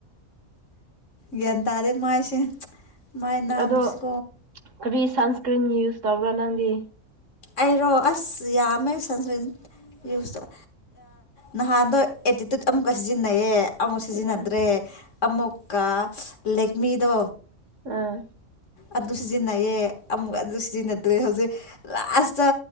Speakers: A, on the left; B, on the right.
A: ꯒ꯭ꯌꯥꯟ ꯇꯥꯗꯦ ꯃꯥꯏꯁꯦ꯫ ꯃꯥꯌ ꯅꯝꯥꯁ‌ꯦ
B: ꯑꯗꯣ ꯀꯔꯤ ꯁꯟꯁ ꯊꯨꯏꯅꯨꯁ ꯇꯧꯕ꯭ꯔꯥ ꯅꯡꯒꯤ
A: ꯑꯩꯔꯣ ꯑꯁ ꯌꯥꯝꯃꯦ ꯁꯟꯁꯀ꯭ꯔꯤꯟ ꯌꯨꯁꯧ ꯅꯍꯥꯟꯗꯣ ꯑꯦꯇꯤꯇ꯭ꯌꯨꯠ ꯑꯃꯨꯛꯀ ꯁꯤꯖꯤꯟꯅꯩꯌꯦ ꯑꯃꯨꯛ ꯁꯤꯖꯤꯟꯅꯗ꯭ꯔꯦ
B: ꯎꯝ
A: ꯑꯃꯨꯛꯀ ꯂꯦꯛꯃꯤꯗꯣ
B: ꯎꯝ
A: ꯑꯗꯨ ꯁꯤꯖꯤꯟꯅꯩꯑꯌꯦ ꯑꯃꯨꯛ ꯑꯗꯨ ꯁꯤꯖꯤꯟꯅꯗ꯭ꯔꯦ ꯍꯧꯖꯤꯛ ꯂꯥꯁꯇ